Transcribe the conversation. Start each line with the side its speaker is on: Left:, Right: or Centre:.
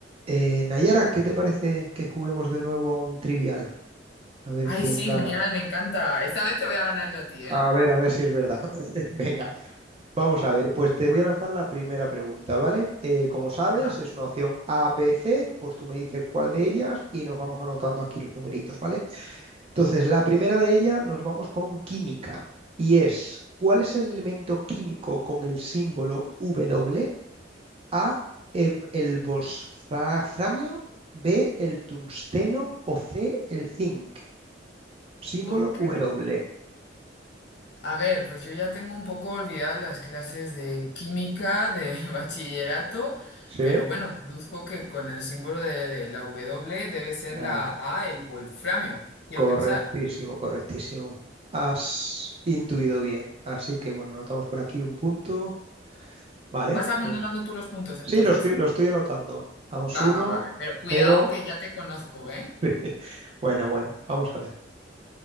Right: Eh, Nayara, ¿qué te parece que juguemos de nuevo a un trivial? A ver
Left: Ay,
Right: quién
Left: sí,
Right: gana.
Left: genial, me encanta. Esta vez te voy a ganar yo a ti, ¿eh?
Right: A ver, a ver si es verdad. <laughs> Venga, vamos a ver. Pues te voy a lanzar la primera pregunta, ¿vale? Eh, como sabes,
Left: Venga.
Right: es una opción A, B, C. Pues tú me dices cuál de ellas y nos vamos anotando aquí los numeritos, ¿vale? Entonces, la primera de ellas nos vamos con química y es, ¿cuál es el elemento químico con el símbolo W A, eh, el wolframio, B, el tungsteno o C, el zinc. Símbolo
Left: Ok.
Right: W.
Left: A ver, pues yo ya tengo un poco olvidadas las clases de química, de <laughs> bachillerato,
Right: Sí.
Left: pero bueno, deduzco que con el símbolo de, de la W debe ser
Right: Ah,
Left: la A, el wolframio, quiero
Right: correctísimo,
Left: pensar.
Right: correctísimo. Has intuido bien. Así que bueno, anotamos por aquí un punto. Vale,
Left: Vas anotando
Right: pues
Left: tú los puntos entonces.
Right: sí, lo estoy, lo estoy anotando. Vamos
Left: Va,
Right: uno,
Left: va, va, pero cuidado
Right: pero
Left: que ya te conozco, ¿eh?
Right: <laughs> Bueno, bueno, vamos a ver.